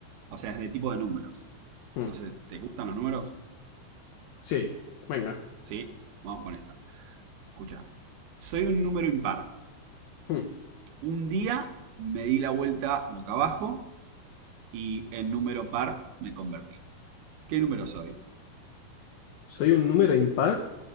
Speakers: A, on the right; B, on the left.
A: o sea, es de tipo de números.
B: Mm,
A: No sé, ¿te gustan los números?
B: Sí, venga.
A: Sí, vamos con esa. Escucha, soy un número impar.
B: Mm,
A: Un día me di la vuelta boca abajo y en número par me convertí. ¿Qué número soy?
B: Soy un número impar,